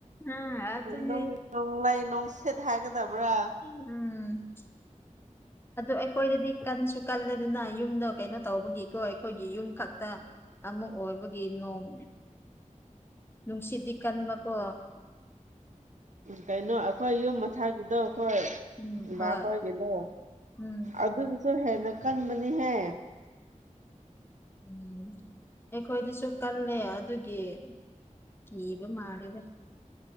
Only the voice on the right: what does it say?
ꯅꯣꯡ ꯅꯨꯡꯂꯩ ꯅꯨꯡꯁꯤꯠ ꯍꯥꯏꯒꯗꯕ꯭ꯔꯥ꯫
ꯀꯩꯅꯣ ꯑꯩꯈꯣꯏ ꯌꯨꯝ ꯃꯊꯛꯒꯤꯗꯣ ꯑꯩꯈꯣꯏ
ꯚꯞ ꯑꯣꯏꯒꯤꯗꯣ
ꯑꯗꯨꯗꯨꯁꯨ ꯍꯦꯟꯅ ꯀꯟꯕꯅꯤꯍꯦ꯫